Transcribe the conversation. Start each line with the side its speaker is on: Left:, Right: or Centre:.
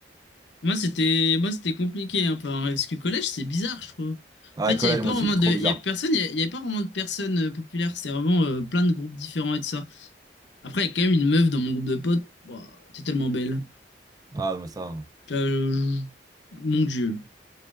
Left: Moi c'était moi c'était compliqué un peu en vrai, parce que collège c'est bizarre, je trouve.
Right: Ah,
Left: En fait,
Right: le
Left: il
Right: collège,
Left: y avait pas
Right: moi aussi,
Left: vraiment
Right: trop
Left: de il
Right: bizarre.
Left: y a personne, il y a- il y avait pas vraiment de personnes euh, populaires, c'était vraiment euh, plein de groupes différents et tout ça. Après, il y a quand même une meuf dans mon groupe de potes, Bah t'es tellement belle.
Right: Ah, mais ça. hein.
Left: Là, je- Mon Dieu,